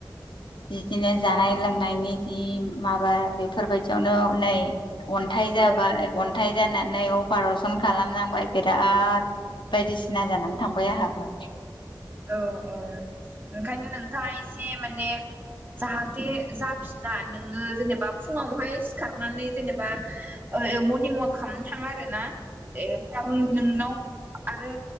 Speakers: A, on the left (about 75°); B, on the right (about 25°).
A: बिदिनो जानाय लोंनायनि जि माबा बेफोरबायदियावनो नै अन्थाइ जाबाय,
B: औ
A: अन्थाइ जाना नै अपारसन खालामनांबाय, बिराद बायदिसिना जानानै थांबाय आंहाबो।
B: औ औ ओंखायनो नोंथाङा एसे माने जाहाथे जाफिना नोङो जेनेबा फुङावहाय सिखारनानै जेनेबा ओ मर्निं अवाक खालामनो थां आरो ना ए खारन नोंनाव आरो